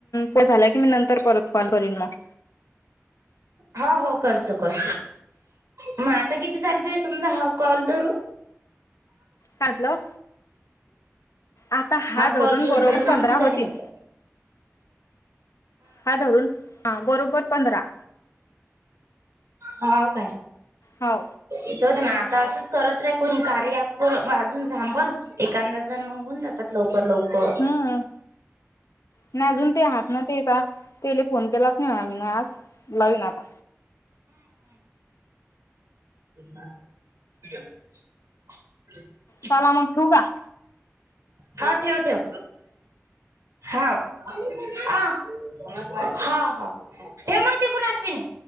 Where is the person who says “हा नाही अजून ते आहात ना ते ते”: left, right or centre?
Left